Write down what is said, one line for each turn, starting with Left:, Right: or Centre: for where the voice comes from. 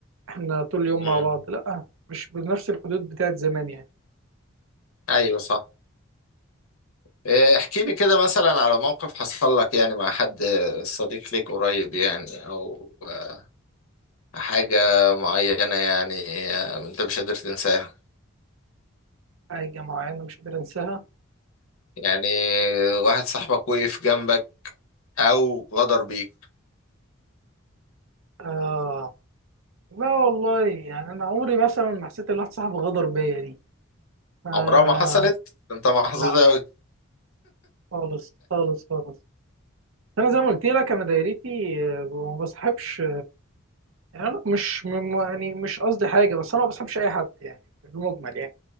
Right: احنا طول اليوم
Left: مم.
Right: مع بعض لا مش بنفس الحدود بتاعت زمان يعني
Left: ايوه صح إيه، احكي لي كده مثلا على موقف حصل لك يعني مع حد آه، صديق ليك قريب يعني او آه، حاجة معينة يعني آه، انت مش قادر تنساها
Right: حاجة معينة مش قادر انساها
Left: يعني آه، واحد صاحبك وقف جنبك او غدر بيك
Right: آه لا والله يعني انا عمري مثلا ما حسيت ان واحد صاحبي غدر بيا دي آه
Left: عمرها ما حصلت انت محظوظ
Right: لا
Left: اوي
Right: خالص خالص خالص انا زي ما قلت لك انا دايرتي آه، ما بصاحبش يعني انا مش م- يعني مش قصدي حاجه بس انا ما بصاحبش اي حد يعني في المجمل يعني